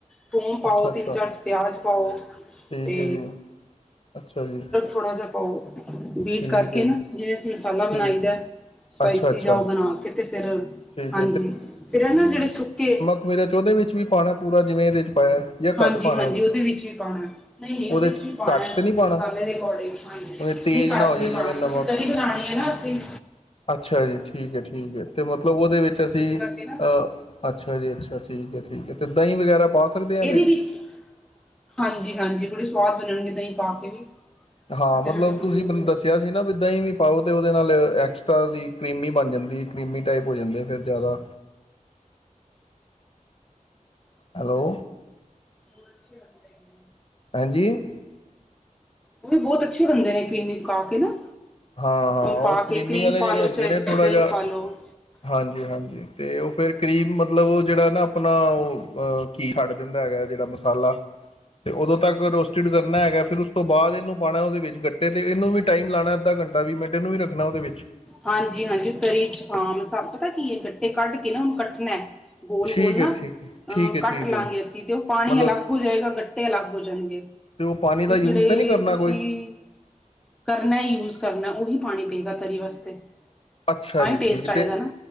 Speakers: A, in the centre; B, on the left (about 45°).
A: ਥੋਮ ਪਾਓ,
B: ਅੱਛਾ ਅੱਛਾ
A: ਤਿੰਨ ਚਾਰ ਪਿਆਜ਼ ਪਾਓ,
B: ਠੀਕ
A: ਤੇ
B: ਹੈ ਜੀ ਅੱਛਾ ਜੀ।
A: ਥੋੜ੍ਹਾ ਜਾ ਪਾਓ ਬੀਟ
B: ਠੀਕ
A: ਕਰਕੇ
B: ਹੈ ਜੀ
A: ਨਾ, ਜਿਵੇਂ ਅਸੀਂ ਮਸਾਲਾ
B: ਠੀਕ
A: ਬਣਾਈ ਦੈ। ਸਪਾਈਸੀ
B: ਅੱਛਾ ਅੱਛਾ
A: ਜਾਂ ਉਹ ਬਣਾ ਕੇ ਤੇ ਫਿਰ,
B: ਠੀਕ
A: ਹਾਂਜੀ, ਫਿਰ ਇਹ ਨਾ ਜਿਹੜੇ ਸੁੱਕੇ
B: ਉਵੇਂ ਦਾ ਉਹਦੇ ਵਿੱਚ ਵੀ ਪਾਣਾ ਪੂਰਾ, ਜਿਵੇਂ ਇਹਦੇ ਵਿਚ ਪਾਇਆ। ਜਾਂ
A: ਹਾਂਜੀ-
B: ਘੱਟ ਪਾਉਣਾ
A: ਹਾਂਜੀ ਉਹਦੇ ਵਿੱਚ ਵੀ ਪਾਣਾ, ਨਹੀਂ- ਨਹੀਂ ਉਹਦੇ ਵਿੱਚ
B: ਚ
A: ਵੀ ਪਾਣਾ,
B: ਘੱਟ
A: ਅਸੀਂ
B: ਤੇ ਨਹੀਂ ਪਾਉਣਾ
A: ਮਸਾਲੇ ਦੇ ਅਕੋਡਿੰਗ। ਹਾਂਜੀ,
B: ਜਿਵੇਂ ਤੇਜ਼
A: ਨਹੀਂ ਕੜਛੀ
B: ਨਾ ਹੋ ਜਾਏ ਜਿਵੇਂ
A: ਮਾਰਦੋ,
B: ਨਮਕ
A: ਕਿਉਂਕਿ ਤਰੀ ਬਣਾਣੀ ਹੈ ਨਾ ਅਸੀਂ।
B: ਅੱਛਾ ਜੀ, ਠੀਕ ਐ-ਠੀਕ ਐ, ਤੇ ਮਤਲਬ ਉਹਦੇ ਵਿੱਚ ਅਸੀਂ
A: ਉਹਦੇ ਕਰਕੇ ਨਾ
B: ਅਹ ਅੱਛਾ ਜੀ ਅੱਛਾ, ਠੀਕ ਐ-ਠੀਕ ਐ, ਤੇ ਦਹੀਂ ਵਗੈਰਾ। ਪਾ ਸਕਦੇ ਹਾਂ
A: ਇਹਦੇ
B: ਚ
A: ਵਿੱਚ ਹਾਂਜੀ- ਹਾਂਜੀ ਬੜੇ ਸਵਾਦ ਬਣਨਗੇ, ਦਹੀਂ ਪਾ ਕੇ ਵੀ।
B: ਹਾਂ,
A: ਖੱਟੇ
B: ਮਤਲਬ
A: ਖੱਟੇ ਬਣਨਗੇ
B: ਤੁਸੀਂ ਮੈਨੂੰ ਦੱਸਿਆ ਸੀ ਨਾ ਵੀ ਦਹੀਂ ਨਹੀਂ ਪਾਉ, ਤੇ ਉਹਦੇ ਨਾਲ ਐਕਸਟਰਾ ਉਹਦੀ ਕਰੀਮੀ ਬਣ ਜਾਂਦੀ ਐ, ਕਰੀਮੀ ਟਾਈਪ ਹੋ ਜਾਂਦੇ ਫਿਰ ਜ਼ਾਦਾ। ਹੈਲੋ।
A: ਹੁਣ ਅੱਛੇ ਲੱਗ ਰਹੇ ਨੇ।
B: ਭੈਣ ਜੀ।
A: ਉਹ ਵੀ ਬਹੁਤ ਅੱਛੇ ਬਣਦੇ ਨੇ, ਕਰੀਮੀ ਪਾ ਕੇ ਨਾ।
B: ਹਾਂ- ਹਾਂ, ਉਹ
A: ਪਾ ਕੇ
B: ਕਰੀਮੀ
A: ਕਰੀਮ
B: ਵਾਲੇ
A: ਪਾ
B: ਜਿਹੜੇ
A: ਲਓ
B: ਹੁੰਦੇ
A: ਚਾਹੇ
B: ਨੇ
A: ਤੁਸੀਂ
B: ਥੋੜ੍ਹਾ
A: ਦਹੀਂ
B: ਜਾ,
A: ਪਾ ਲਓ
B: ਹਾਂਜੀ- ਹਾਂਜੀ। ਤੇ ਉਹ ਫੇਰ ਕਰੀਮ ਮਤਲਬ ਉਹ ਜਿਹੜਾ ਨਾ ਆਪਣਾ ਉਹ ਕੀ ਛੱਡ ਦਿੰਦਾ ਹੈਗਾ, ਜਿਹੜਾ ਮਸਾਲਾ। ਤੇ ਉਦੋਂ ਤੱਕ ਰੋਸਟਿਡ ਕਰਨਾ ਹੈਗਾ, ਫਿਰ ਉਸ ਤੋਂ ਬਾਅਦ ਇਹਨੂੰ ਪਾਣਾ ਉਹਦੇ ਵਿੱਚ ਗੱਟੇ ਤੇ, ਇਹਨੂੰ ਵੀ ਟਾਈਮ ਲਾਣਾ। ਅੱਧਾ ਘੰਟਾ, ਵੀਹ ਮਿੰਟ ਇਹਨੂੰ ਵੀ ਰੱਖਣਾ ਉਹਦੇ ਵਿੱਚ।
A: ਹਾਂਜੀ- ਹਾਂਜੀ, ਉਹ ਤਰੀ ਹਾਂ ਪਤਾ ਕੀ ਹੈ, ਗੱਟੇ ਕੱਢ ਕੇ ਨਾ ਹੁਣ ਕੱਟਣਾ। ਗੋਲ-ਗੋਲ
B: ਠੀਕ
A: ਨਾ
B: ਹੈ ਠੀਕ ਹੈ ਠੀਕ
A: ਅਹ
B: ਹੈ
A: ਕੱਟ
B: ਠੀਕ
A: ਲਾਂਗੇ
B: ਹੈ
A: ਅਸੀਂ, ਤੇ ਉਹ ਪਾਣੀ
B: ਮਤਲਬ
A: ਅਲੱਗ
B: ਅਤੇ
A: ਹੋ ਜਾਏਗਾ, ਗੱਟੇ ਅਲੱਗ ਹੋ ਜਾਣਗੇ।
B: ਉਹ ਪਾਣੀ ਦਾ
A: ਤੇ
B: ਯੂਜ
A: ਜਿਹੜੇ
B: ਤਾਂ ਨਹੀਂ ਕਰਨਾ
A: ਇਹ ਤੁਸੀਂ
B: ਕੋਈ
A: ਕਰਨਾ ਯੂਜ ਕਰਨਾ, ਉਹੀ ਪਾਣੀ ਪੇਂਦਾ ਤਰੀ ਵਾਸਤੇ।
B: ਅੱਛਾ
A: ਤਾਂਹੀ
B: ਜੀ
A: ਟੇਸਟ
B: ਠੀਕ
A: ਆਏਗਾ
B: ਤੇ
A: ਨਾ,